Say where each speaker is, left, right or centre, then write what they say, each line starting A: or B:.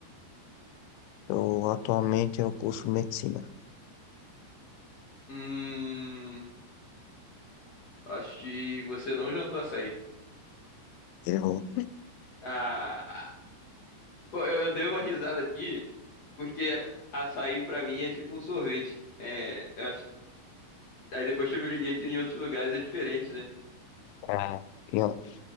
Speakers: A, on the left (about 85°); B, on the left (about 50°).
A: eu atualmente eu curso medicina.
B: Hum, acho que você não jantou açaí.
A: Eu,
B: Ah, pô, eu, eu dei uma risada aqui, porque açaí pra mim é tipo um sorvete. É, eu acho- aí depois que eu me liguei que em outros lugares é diferente, né?
A: ah, eu,